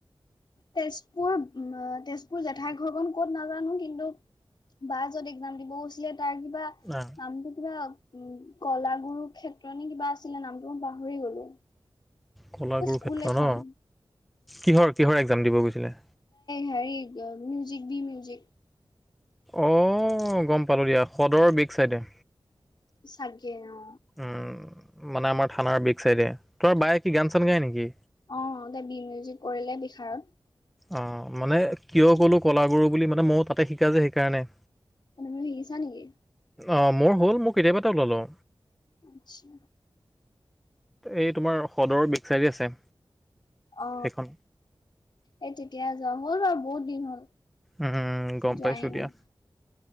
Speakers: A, on the left; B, in the centre.
A: তেজপুৰ, তেজপুৰ জেঠাই ঘৰখনন ক'ত নাজানো কিন্তু। বা য'ত একজাম দিব গৈছিলে তাৰ কিবা
B: অঁ,
A: নামটো কি'বা উ, কলাগুৰু ক্ষেত্ৰ ন কিবা আছিলে নামটো মই পাহৰি গলো।
B: কলাগুৰু
A: স্কুল
B: ক্ষেত্ৰ
A: এখন
B: ন, কিহৰ, কিহৰ একজাম দিব গৈছিলে।
A: হ, মউজিক বি, মিউজিক।
B: আহ, গম পালো দিয়া সদৰৰ বিগ চাইডে।
A: চাকে, অ'।
B: উম, মানে আমাৰ থানাৰ বিক চাইডে তোৰ বায়ে কি গান, চান গাই নেকি।
A: অ, তে বি মিউজিক কৰিলে বিশাৰত।
B: অ, মানে কিয় ক'লো কলাগুৰু বুলি মানে ময়ও তাতে শিকা যে সেইকাৰণে।
A: ম, মই, শিকিছা নেকি।
B: অ, মোৰ হ'ল মোক কেতিয়াবা এটাও ললওঁ।
A: আচ্ছা।
B: এই তোমাৰ সদৰৰ বেকচাৰী আছে।
A: অ,
B: সেইখন
A: এই ঠিকয়া যা হ'ল বাৰু বহুত দিন হ'ল।
B: উম, গম
A: যোৱাই
B: পাইছো
A: নাই
B: দিয়া।